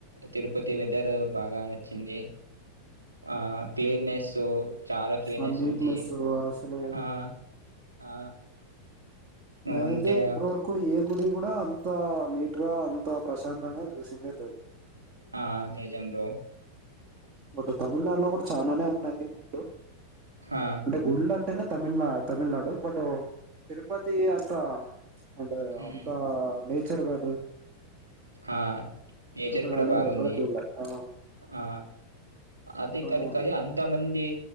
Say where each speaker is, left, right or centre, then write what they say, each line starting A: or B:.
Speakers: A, on the right; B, on the right.
A: తిరుపతి వెదర్ బాగా నచ్చింది ఆ క్లీనెస్ చాలా క్లీనెస్
B: ఆ నీట్నెస్
A: ఉంది
B: అసలు
A: ఆ ఆ
B: నేనయితే
A: అంటే
B: ఇప్పుడు వరకు ఏ గుడి కూడా అంత నీట్ గా అంత ప్రశాంతంగా చూసిందే లేద్.
A: ఆ నిజం బ్రొ
B: బట్ తమిళనాడులో కూడ్ చానానే ఉన్నాయ్. డు
A: ఆ!
B: అంటే గుళ్ళు అంటేనే తమిళనా తమిళనాడు బట్ తిరుపతి అంతా అంటే
A: హ్మ్.
B: అంతా నేచర్ కానీ
A: ఆ నేచర్ కూడా
B: గాని
A: బాగుంది.
B: ఎక్కడ చూడలే ఆ
A: ఆ అదిక్
B: మొత్తము
A: కాదికది అంత మంది